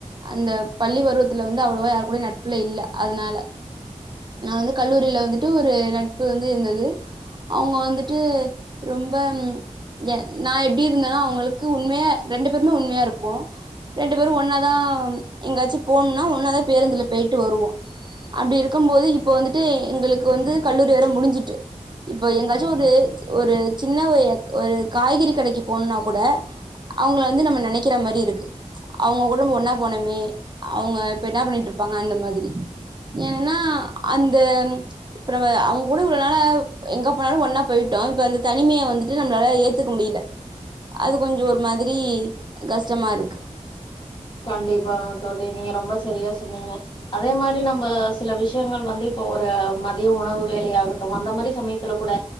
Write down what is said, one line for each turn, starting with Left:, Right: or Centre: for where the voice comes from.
Right: அந்த பள்ளி பருவத்துல வந்து அவ்ளோவா யாரு கூடயு நட்புல இல்ல அதனால நா வந்து கல்லூரியில வந்துட்டு ஒரு நட்பு வந்து இருந்தது அவங்க வந்துட்டு ரொம்ப ம் எ நா எப்டி இருந்தனா அவுங்களுக்கு உண்மையா ரெண்டு பேருமே உண்மையாருப்போ ரெண்டு பேரு ஒன்னா தா எங்காச்சு போணுனா ஒன்னா தா பேருந்துல பெய்ட்டு வருவோ அப்டி இருக்கும் போது இப்ப வந்துட்டு எங்களுக்கு வந்து கல்லூரி வேற முடிஞ்சுட்டு இப்போ எங்காச்சு ஒரு ஒரு சின்ன ஒரு ஒரு காய்கறி கடைக்கி போணுனா கூட அவங்கள வந்து நம்ம நெனைக்கிற மாரி இருக்கு அவங்க கூட நம்ம ஒண்ணா போனமே அவங்க இப்ப என்ன பண்ணிட்டுருப்பா ப்பாங்க அந்த மாதிரி ஏனா அந்த இப்ப நம்ப அவுங்க கூட இவ்ளோ நாளா எங்க போனாலு ஒன்னா போயிட்டோ இப்ப அந்த தனிமைய வந்துட்டு நம்மளால ஏத்துக்க முடி இல்ல அது கொஞ்சோ ஒரு மாதிரி கஷ்டமாருக்கு
Left: கண்டிப்பாங்க தோழி நீங்க ரொம்ப சரியா சொன்னீங்க அதே மாரி நம்ப சில விஷ்யங்கள் வந்து இப்போ ஒரு மதிய உணவு வேலையாகட்டு அந்த மாரி சமயத்துல கூட